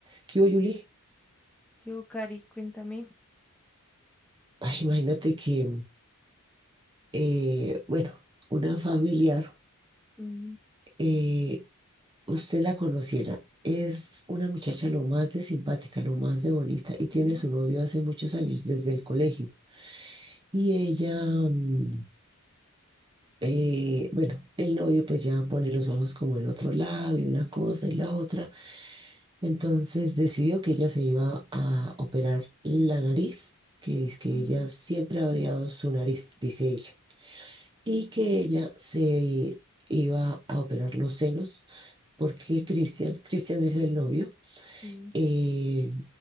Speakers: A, on the right; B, in the centre.
A: ¿Qué hubo, Yuli?
B: Yo, Cari, cuéntame.
A: Ay, imagínate que, eh, bueno, una familiar,
B: Mm,
A: eh, usted la conociera, es una muchacha lo más de simpática, lo más de bonita, y tiene
B: sí,
A: su novio hace muchos años, desde el colegio. Y ella, mm, eh, bueno, el novio pues ya pone los ojos como en otro lado y una cosa y la otra. Entonces decidió que ella se iba a operar la nariz, que es que
B: mm,
A: ella siempre ha odiado su nariz, dice ella. y que ella se iba a operar los senos porque Cristian, Cristian es el novio,
B: sí,
A: eh,